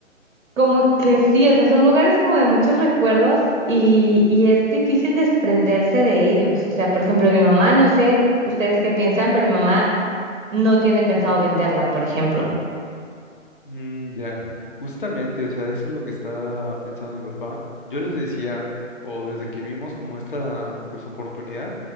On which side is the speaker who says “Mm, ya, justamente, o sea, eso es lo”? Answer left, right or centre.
Left